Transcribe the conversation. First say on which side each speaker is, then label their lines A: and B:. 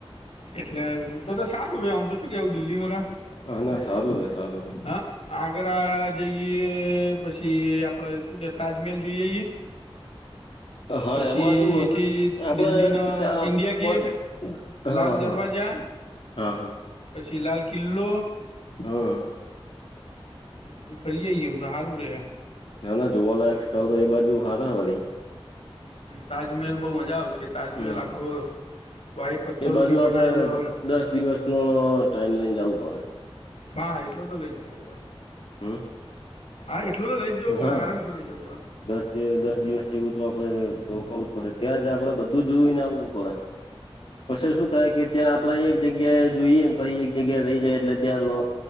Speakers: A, on the left; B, on the left.
A: એટલે! તો તો સારું રે આમ તો શું કહેવું દિલ્હીમાં કા
B: હા ના સારું રે સારું રે
A: હા આગ્રા.. જઈએ... પછી આપણે શું કે તાજમહેલ જોઈ આઇએ
B: હા
A: પછીથી
B: એમાં શું હોય આપડે
A: દિલ્હીના
B: ચા
A: ઈન્ડિયા ગેટ
B: પોત
A: લાલ
B: હા
A: દરવાજા,
B: હા હા હા.
A: પછી લાલ કિલ્લો,
B: હ
A: એ બધું ફરી આઈએ એમ તો હારુ હે
B: ના ના જોવાલાયક સ્થળ તો એ બાજુ હારા વળી
A: તાજમહેલ બહુ મજા આવશે. તાજમહેલ
B: હમ
A: આખો વાઈટ પથ્થરોથી
B: એ બાજુ
A: બનાવેલો
B: આપડે
A: હોય.
B: દસ દિવસ નો ટાઈમ લઈને જાવું પડે.
A: હા, એટલો તો લઈ જ જવુ પડે.
B: હમ.
A: હા, એટલું તો લઈ જ જવું
B: હા
A: પડે. આરામથી લઈ જવું પડે.
B: દસ એ દસ દિવસ જેવું તો આપડે રોકવું જ પડે. ત્યાં જ આપડે બધું જોઈને આવવું પડે. પછી શું થાય કે, ત્યાં આપડે એક જગ્યાએ જોઈએ પહી એક જગ્યા રહી જાય એટલે... ત્યાં લો